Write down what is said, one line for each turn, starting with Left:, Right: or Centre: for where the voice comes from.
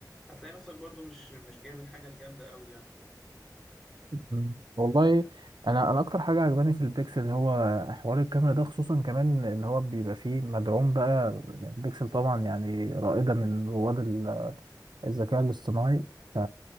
Centre: هتلاقي نفسك برضو مش مش جايب الحاجه الجامده قوي يعني
Right: مم. والله انا انا اكتر حاجه عجباني في البيكسل هو حوار الكاميرا ده خصوصا كمان ان هو بيبقى فيه مدعوم بقى البيكسل طبعا يعني رائده من رواد ال- الذكاء الاصطناعي ف...